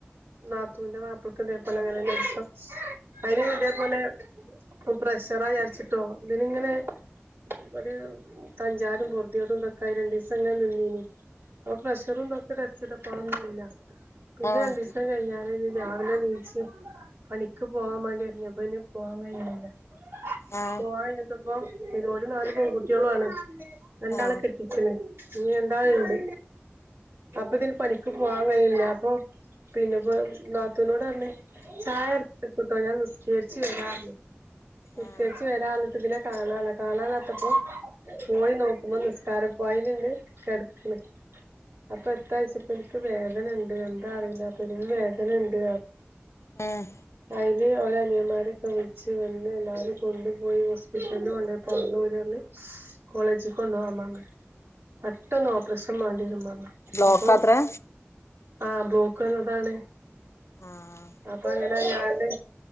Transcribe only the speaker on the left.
ആഹ്
ആഹ്
ആഹ്
ഉം
ആഹ്
ആഹ്
ബ്ലോക്കാത്രേ
ആഹ്